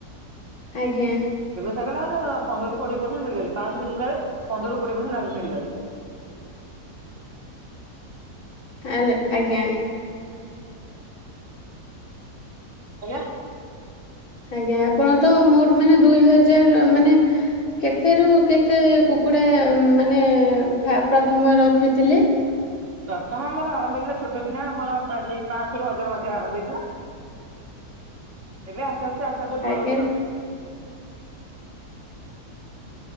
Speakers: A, on the left; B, on the right.
A: ଆଜ୍ଞା
B: ବ୍ୟବସାୟ କଲା ମାନ ପନ୍ଦର ରୁ କୋଡିଏ ପରସେଣ୍ ମିଳିପାରେ ପାଞ୍ଚଷଠି କୁକୁଡାରେ ପନ୍ଦର କୋଡିଏ ପରସେଟ ଲାଭ ମିଳିପାରେ
A: ତାଲେ ଆଜ୍ଞା
B: ଆଜ୍ଞା
A: ଆଜ୍ଞା ଆପଣ ତ ମୋଟ ମାନେ ଦୁଇ ହଜାର ମାନେ କେତେ ରୁ କେତେ କୁକୁଡ଼ା ମାନେ ଫା ପ୍ରଥମେ ରଖିଥିଲେ?
B: ପ୍ରଥମ ମୋର ଆରମ୍ଭ ହେଇଥିଲା ଛୋଟ କିନା ମୋର ସେଇ ପାଞ୍ଚରୁ ହଜାର ମଧ୍ୟ ଆରମ୍ଭ ହେଇଥିଲା ଏବେ ଆସ୍ତେ ଆସ୍ତେ ଆସ୍ତେ ଆସ୍ତେ ବଢଉଛୁଉ
A: ଆଜ୍ଞା